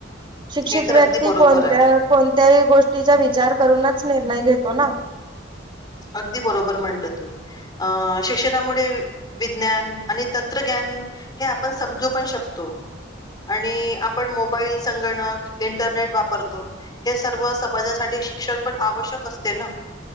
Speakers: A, on the right (about 25°); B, on the left (about 20°).
A: सुशिक्षित
B: हे तर
A: व्यक्ती
B: अगदी बरोबर
A: आपल्या घरातील
B: आहे
A: व्यक्ती सुशिक्षित असले पाहिजे याचा विचार करतात पूर्ण विचार करूनच निर्णय घेतात
B: विज्ञान आणि तंत्रज्ञान याच्यामुळे समाज खूप पुढे गेलेला आहे हे आपण समजू पण शकतो आणि आपण मोबाईल संगणक इंटरनेट वापरतो हे सर्व समाजासाठी खूप सोपं झालेला आहे शिक्षण पण आवश्यक असते ना